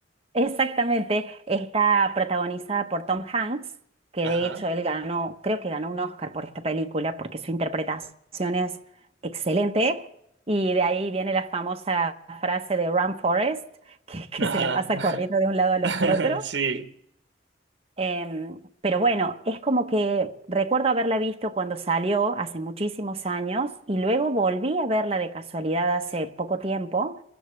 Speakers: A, on the right; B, on the right.
A: Exactamente, está protagonizada por Tom Hanks, que
B: Ajá,
A: de hecho él ganó, creo que ganó un Oscar por esta película, porque su interpretación es excelente, y de ahí viene la famosa frase de Run Forest, <laughs> que, que
B: ajá,
A: se la pasa corriendo de un lado al
B: <laughs>
A: otro.
B: sí,
A: Em, pero bueno, es como que recuerdo haberla visto cuando salió hace muchísimos años y luego volví a verla de casualidad hace poco tiempo